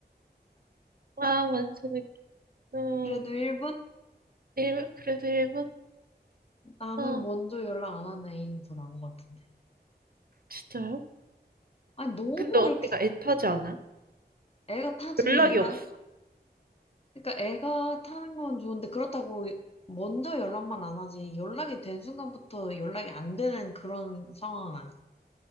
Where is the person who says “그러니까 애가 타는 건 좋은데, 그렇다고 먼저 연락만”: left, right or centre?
Left